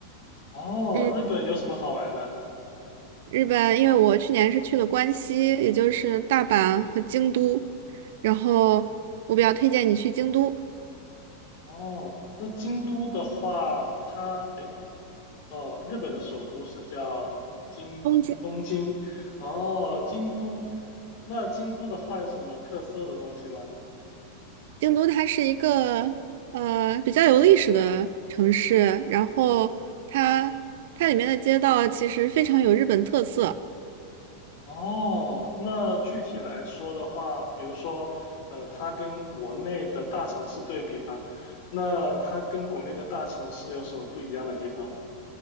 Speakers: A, on the left; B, on the right.
A: 哦，
B: 嗯，
A: 日本有什么好玩的？
B: 日本，因为我去年是去了关西，也就是大阪和京都，然后我比较推荐你去京都。
A: 哦，那京都的话，它哎诶哦，日本的首都是叫京东京，
B: 东京。
A: 哦，京都，那京都的话有什么特色的东西吗？
B: 京都它是一个呃比较有历史的城市，然后它它里面的街道其实非常有日本特色。
A: 哦，那具体来说的话，比如说，呃，它跟国内的大城市对比吧，那它跟国内的大城市有什么不一样的地方呢